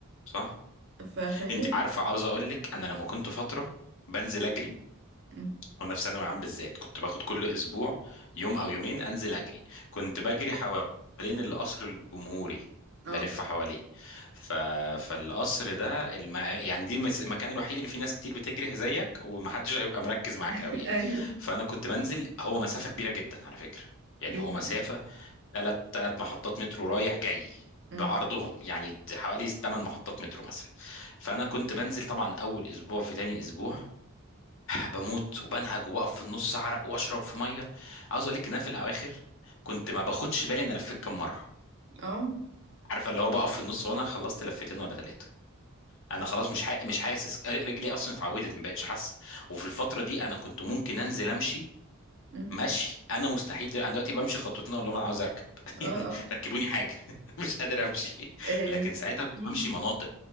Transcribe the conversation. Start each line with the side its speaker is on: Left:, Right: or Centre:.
Left: صح
Right: ف... فهي
Left: انت عارفه عاوز اقول لك انا لما كنت فتره بنزل اجري
Right: مم.
Left: وانا في ثانوي عام بالذات كنت باخد كل اسبوع يوم او يومين انزل اجري كنت بجري حوالين القصر الجمهوري
Right: اه
Left: بلف حواليه ف... فالقصر ده الم... يعني دي المس... المكان الوحيد اللي فيه ناس كتير بتجري زيك ومحدش هيبقى مركز معاك
Right: <laughs>
Left: قوي يعني
Right: ايوه
Left: فانا كنت بنزل هو مسافة كبيرة جدا على فكرة يعني
Right: جدا
Left: هو مسافة ثلاث ثلاث محطات مترو رايح جاي بعرضهم
Right: مم.
Left: يعني حوالي 8 محطات مترو مثلا فانا كنت بنزل طبعا اول اسبوع في تاني اسبوع بموت وبنهج وبقف في النص اعرق واشرب في ميه عاوز اقول لك ان انا في الاواخر كنت ما باخدش بالي انا لفيت كام مره
Right: اه
Left: عارفه اللي هو بقف في النص وانا خلصت لفتين ولا ثلاثه انا خلاص مش حا... مش حاسس رجلي اصلا اتعودت ما بقتش حاسه وفي الفتره دي انا كنت ممكن انزل امشي
Right: مم.
Left: مشي انا مستحيل دل- انا دلوقتي بمشي خطوتين اقول لهم انا عاوز اركب <laughs>
Right: اه
Left: يعني
Right: اه
Left: ركبوني حاجه <laughs> مش قادر امشي
Right: آه،
Left: لكن ساعتها كنت
Right: في
Left: بمشي مناطق